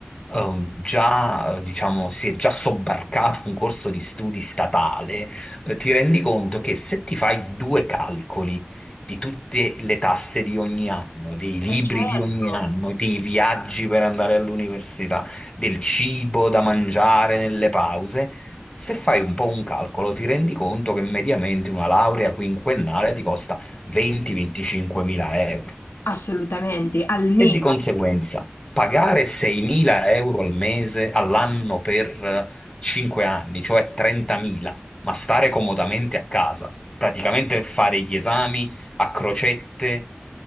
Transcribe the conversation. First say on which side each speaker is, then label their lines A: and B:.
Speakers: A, on the left; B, on the left.
A: ehm, già, eh, diciamo, si è già sobbarcato un corso di studi statale, eh, ti rendi conto che se ti fai due calcoli di tutte le tasse di ogni anno, dei libri
B: Eh, Certo,
A: di ogni anno, dei viaggi per andare all'università, del cibo da mangiare nelle pause, se fai un po' un calcolo, ti rendi conto che mediamente una laurea quinquennale ti costa 20-25 mila euro.
B: assolutamente, almeno,
A: E di conseguenza, pagare 6.000 euro al mese, all'anno per 5 anni, cioè 30.000, ma stare comodamente a casa, praticamente fare gli esami a crocette